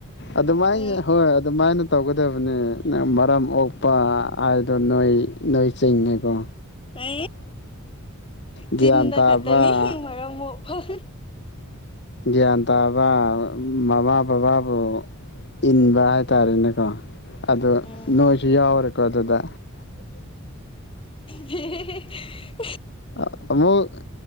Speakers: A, on the left; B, on the left.
A: ꯑꯗꯨꯃꯥꯏ
B: ꯎꯝ
A: ꯍꯣꯏ ꯑꯗꯨꯃꯥꯏꯅ ꯇꯧꯒꯗꯕ ꯑꯗꯨꯅꯤ ꯅꯪ ꯃꯔꯝ ꯑꯣꯛꯄ ꯑꯥꯏꯗ ꯅꯣꯏ ꯅꯣꯏ ꯆꯤꯡꯤꯡꯉꯅꯦꯀꯣ
B: ꯑ
A: ꯒ꯭ꯌꯥꯟ
B: ꯆꯤꯟꯗ
A: ꯇꯥꯕ
B: ꯈꯛꯇꯅꯤ ꯃꯔꯝ ꯃꯐꯝ
A: ꯒ꯭ꯌꯥꯟ ꯇꯥꯕ ꯃꯃꯥ ꯕꯕꯥꯕꯨ ꯏꯟꯕ ꯍꯥꯏꯇꯥꯔꯦꯅꯦꯀꯣ ꯑꯗꯣ
B: ꯎꯝ
A: ꯅꯣꯏꯁꯨ ꯌꯥꯎꯔ ꯀ ꯑꯗꯨꯗ
B: ꯍ
A: ꯑ ꯑꯃꯨꯛ